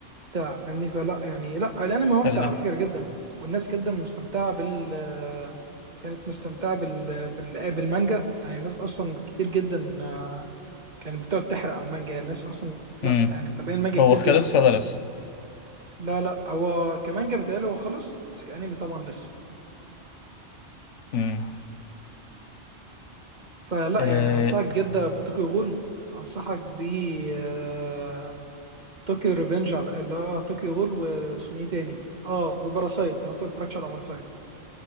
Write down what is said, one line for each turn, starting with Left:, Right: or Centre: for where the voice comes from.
Right: بتاع فاهمني فلا يعني لا الانمي ممتع
Left: كلف
Right: على فكره جدا والناس جدا مستمتعه بال كانت مستمتعه بال... بال... بالمانجا يعني الناس اصلا كتير جدا كانت بتقعد تحرق على المانجا يعني الناس اصلا لا
Left: امم
Right: يعني متابعين المانجا كتير
Left: هو خلص
Right: جدا
Left: ولا لسه
Right: لا لا هو كمانجا بيتهيألي هو خلص بس كانمي طبعا لسه
Left: امم
Right: فلا
Left: آه،
Right: يعني انصحك جدا بطوكيو غول انصحك ب آه، طوكيو ريفنج على اللي هو طوكيو غول واسمه ايه تاني اه وباراسايد لو انت ما اتفرجتش على باراسايد